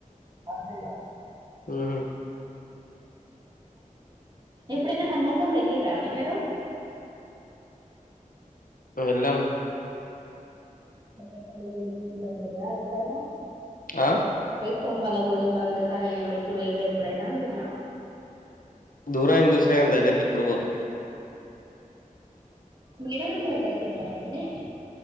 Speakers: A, on the right; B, on the left.
A: అంతే
B: ఉహు
A: ఎప్పుడైనా హన్మకొండ వెళ్ళిరండి మీరు
B: వెళ్ళాం
A: భద్రకాళి గుడికి వెల్లరా ఎప్పుడేనా
B: ఆహ్
A: తంబాలగూడి, భద్రకాళి గుడికి వేరేపు ఎప్పుడైన్నా అంటున్న
B: దూరాన్ని చూసినా కానీ దగ్గరికి ఎప్పుడు పోలే
A: మేడారం జాతరకి ఎల్లరండి